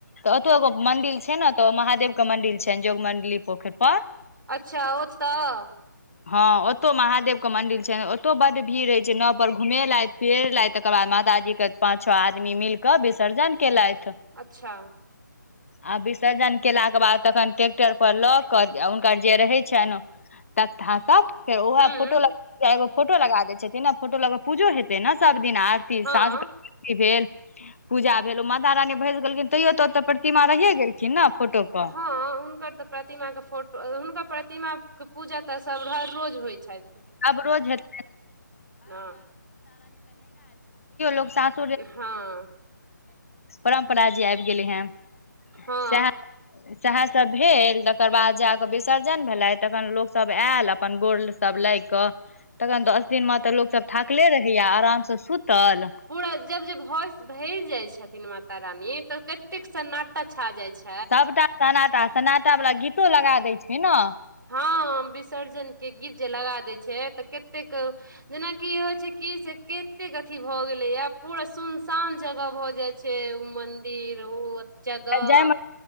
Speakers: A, on the left; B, on the right.
A: तऽ ओतो एगो मंदिल छै ने तऽ महादेव कऽ मंदिल छैनि जोग मंडली पोखर पर
B: अच्छ ओ तऽ
A: हँ ओतो महादेव के मंदिर छैन ओतौ बड्ड भीड़ रहय छै नाव पर घूमे लैत पीहिलैथ तकर बाद माताजी कऽ पांच छओ आदमी मिल कऽ विसर्जन कैलेथ
B: अच्छा
A: <inaudible> आ विसर्जन केला कऽ बाद तखन ट्रैेक्टर पर लऽ कऽ हुनकर जे रहै छैन तकथा सब फेर उह
B: हूँ
A: फोटो लग एगो फोटो लगा दय छथिन ने फोटो लग पूजो हेतै न सभ दिन आरती
B: हँ
A: साँझ कऽ आरती भेल पूजा भेल ओ माता रानी भस गेलखिन तैयो तऽ ओ तऽ प्रतिमा रहियए गेलखिन न फोटो पर
B: हँ हुनकर तऽ प्रतिमाक फोटो हुनका प्रतिमाक पूजा तऽ सभ हर रोज होइ छैथ
A: आब रोज हेतै
B: ने
A: <unintelligible>
B: हँ
A: परम्परा जे आबि गेलै है <inaudible>
B: हँ
A: सेहा सेहे सब भेल तकर बाद जाके विसर्जन भेले तखन लोक सब आयल अपन गोर सब लाग कऽ तखन दस दिन मे तऽ लोको सब थाकले रहैया आराम सऽ सुतल
B: पूरा जब जे भ भज जाय छथिन माता रानी तऽ कते सन्नाटक छा जाय छै
A: सबटा सनाटा सनाटा वला गीतो लगा दै छै न
B: हँ विसर्जन केँ गीत जे लगा दै छै तऽ कतेक जेनाकि होय छै की से कतेक अथी भए गेले या पूरा सुनसान जगह भऽ जाय छै ओ मंदिर ओ अथी जगह
A: जायमे